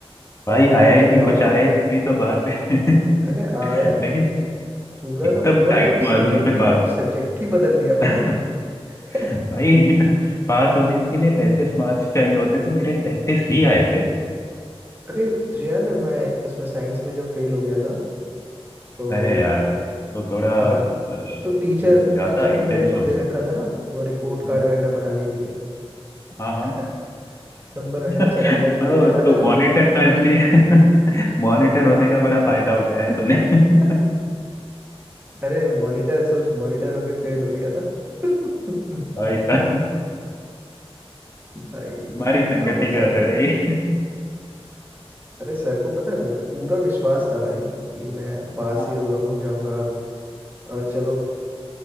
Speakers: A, on the left (about 30°); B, on the right (about 20°).
A: भाई आया
B: लिख
A: ही
B: के ही
A: नहीं कुछ
B: आऊंगा
A: आया ही नहीं, वही तो बात है <laughs>
B: अरे आया
A: लेकिन
B: पूरा
A: एकदम
B: का पूरा
A: टाइट
B: जब सब्जेक्ट
A: मार्जिन पे
B: ही
A: पास
B: सब्जेक्ट ही बदल दिया
A: <laughs>
B: भाई <laughs>
A: भाई पास होने के लिए तैतीस मार्क्स चाहिए होते थे मेरे तैतीस ही आए थे
B: अरे तुझे याद है मैं उसमें साइंस में जो फेल हो गया था तो
A: अरे यार तो थोड़ा
B: हाँ
A: अ,
B: तो टीचर
A: ज्यादा
B: टीचर
A: इंटेंस
B: ने मेरे को
A: हो
B: दे रखा था ना वो रिपोर्ट
A: गया
B: कार्ड वगैरह बनाने के लिए
A: हाँ हाँ।
B: <laughs> नंबर वगैरह
A: ओ
B: चढ़ाने
A: तो
B: के लिए तो याद है
A: मॉनिटर
B: ना
A: तो इसलिए <laughs> मॉनिटर होने का बड़ा फायदा उठाया
B: <laughs>
A: तूने <laughs>
B: अरे मॉनिटर सोच मॉनिटर होके फेल हो गया था <laughs>
A: भाई साहब
B: भाई
A: हमारी
B: लेकिन
A: संगति
B: क्या मजा
A: का असर
B: था
A: है ये
B: अरे सर को पता है भाई पूरा विश्वास था भाई कि मैं पास
A: हाँ
B: ही हो रहा हो जाऊंगा और चलो